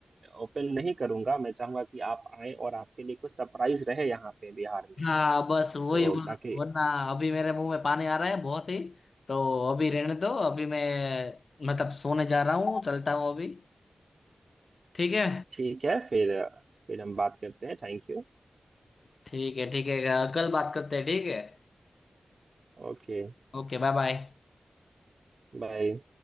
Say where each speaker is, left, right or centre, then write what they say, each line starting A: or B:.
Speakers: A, on the right (about 75°); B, on the left (about 80°).
A: ओपन नहीं करूंगा मैं चाहूंगा कि आप आए और आपके लिए कुछ सरप्राइज रहे यहाँ पे बिहार में
B: हाँ बस वही
A: तो
B: बोल रहा
A: ताकि
B: हूँ, वरना अभी मेरे मुंह में पानी आ रहा है बहुत ही तो अभी रहने दो अभी मैं मतलब सोने जा रहा हूँ चलता हूँ अभी ठीक है
A: ठीक है फिर फिर हम बात करते हैं Thank you
B: ठीक है ठीक है कल बात करते हैं ठीक है
A: ओके
B: ओके Bye bye
A: बाय